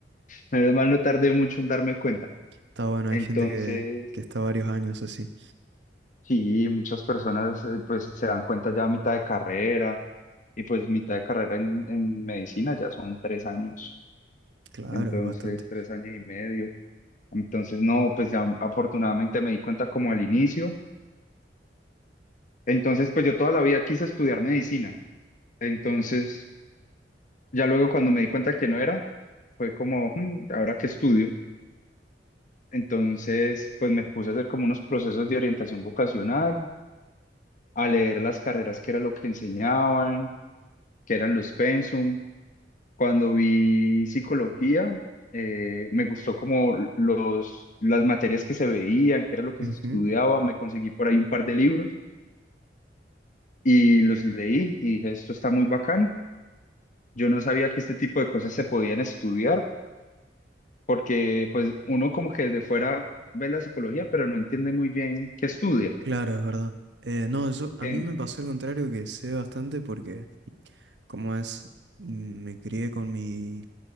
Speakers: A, on the left; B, on the right.
A: Menos mal no tardé mucho en darme cuenta.
B: Está bueno,
A: Entonces,
B: hay gente que, que está varios años así.
A: sí, muchas personas eh, pues se dan cuenta ya a mitad de carrera y pues mitad de carrera en, en medicina ya son tres años
B: Claro,
A: entonces
B: es bastante.
A: tres años y medio. Entonces, no, pues ya afortunadamente me di cuenta como al inicio. Entonces, pues yo toda la vida quise estudiar medicina. Entonces, ya luego cuando me di cuenta que no era, fue como, "Hmm, ¿ahora qué estudio? Entonces, pues me puse a hacer como unos procesos de orientación vocacional, a leer las carreras que era lo que enseñaban, que eran los pensum. Cuando vi psicología, eh, me gustó como los, las materias que se veían, qué era lo que
B: Ujú.
A: se estudiaba, me conseguí por ahí un par de libros y los leí y dije, esto está muy bacano. Yo no sabía que este tipo de cosas se podían estudiar porque pues uno como que desde fuera ve la psicología, pero no entiende muy bien qué estudia.
B: Claro, es verdad. Eh, no, yo, a
A: En-
B: mí me pasó el contrario que sé bastante porque, como es, mm, me crié con mi,